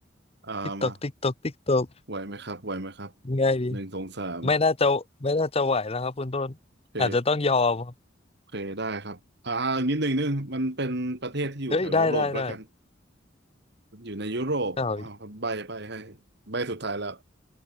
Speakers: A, on the right; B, on the left.
A: อ่ามา
B: ติ๊กตอกติ๊กตอกติ๊กตอก
A: ไหวไหมครับไหวไหมครับ
B: ยังไงดี
A: หนึ่งสองสาม
B: ไม่น่าจะไม่น่าจะไหวแล้วครับคุณต้นอาจจะต้องยอมครับ
A: โอเคโอเคได้ครับอ่าอีกนิดหนึ่งนดนึงมันเป็นประเทศที่อยู่แถวยุโรปแล้วกัน
B: เฮ้ยได้ได้ได้
A: อยู่ในยุโรปอ้าวครับใบใบให้
B: เอา
A: ใบสุดท้ายแล้ว